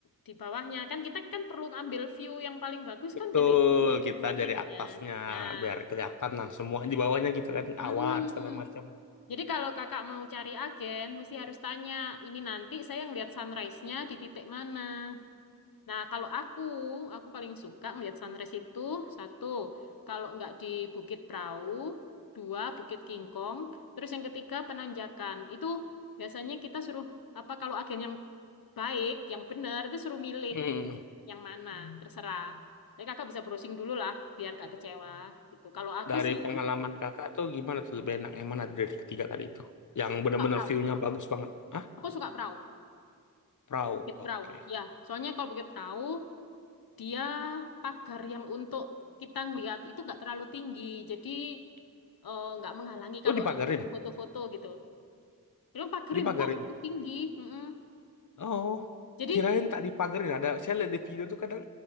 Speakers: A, on the left; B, on the left.
A: di bawahnya. Kan kita kan perlu ngambil view yang paling bagus
B: betul.
A: kan dari
B: Kita
A: tempat
B: dari
A: tinggi
B: atasnya
A: kan. Nah,
B: biar kelihatan nah semua di bawahnya gitu kan
A: mm-mm.
B: awan segala macam.
A: Jadi kalau kakak mau cari agen, mesti harus tanya, ini nanti saya ngelihat sunrise-nya di titik mana. Nah, kalau aku, aku paling suka ngelihat sunrise itu, satu, kalau nggak di Bukit Prau, dua, Bukit Kingkong, terus yang ketiga, Penanjakan. Itu biasanya kita suruh apa kalau agen yang baik, yang bener itu suruh milih
B: Hmm.
A: yang mana, terserah. Jadi kakak bisa browsing dulu lah, biar gak kecewa gitu. Kalau aku
B: Dari
A: sih
B: pengalaman kakak tuh gimana tuh lebih enak yang mana dari ketiga tadi itu? Yang
A: suka
B: benar-benar
A: perahu,
B: view-nya bagus banget. Ah,
A: aku suka perahu,
B: perahu.
A: bukit
B: Oke.
A: perahu. Ya, soalnya kalau bukit perahu dia pagar yang untuk kita ngelihat itu nggak terlalu tinggi, jadi eh, nggak menghalangi
B: Oh
A: kalau
B: dipagarin,
A: aku foto-foto gitu. Dia pagarin
B: dipagarin.
A: kak itu tinggi, mm-mm.
B: Oh,
A: Jadi
B: kirain tak dipagarin. Ada saya lihat di video tuh kadang